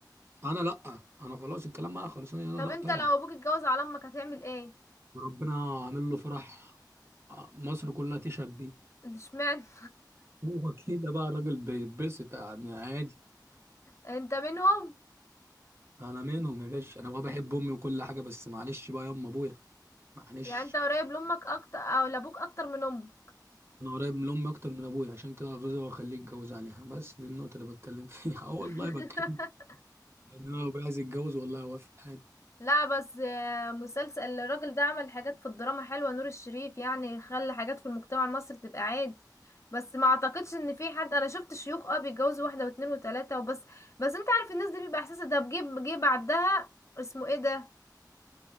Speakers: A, on the right; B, on the left.
A: انا لا انا خلاص الكلام معايا خلاص انا
B: طب
A: لا
B: انت
A: طبعا
B: لو ابوك اتجوز على امك هتعمل ايه
A: وربنا عامل له فرح آه، مصر كلها تشهد بيه
B: اشمعنى <laughs>
A: هو كده بقى الراجل بيتبسط يعني عادي
B: انت منهم
A: انا منهم يا باشا انا بقى بحب امي وكل حاجه بس معلش بقى يا ام ابويا معلش
B: يعني انت قريب لامك اكتر او لابوك اكتر من امك
A: انا قريب من امي اكتر من ابويا عشان كده غزة واخليه يتجوز عليها بس دي النقطه اللي بتكلم فيها <laughs> اه والله
B: <laughs>
A: بتكلم ان انا ابويا عايز يتجوز والله وافق عادي
B: لا بس آه، مسلسل الراجل ده عمل حاجات في الدراما حلوة نور الشريف يعني خلى حاجات في المجتمع المصري تبقى عادي بس ما اعتقدش ان في حد انا شفت شيوخ اه بيتجوزوا واحدة واتنين وتلاتة وبس بس انت عارف الناس دي بيبقى احساسها ده بجيب جه بعدها اسمه ايه ده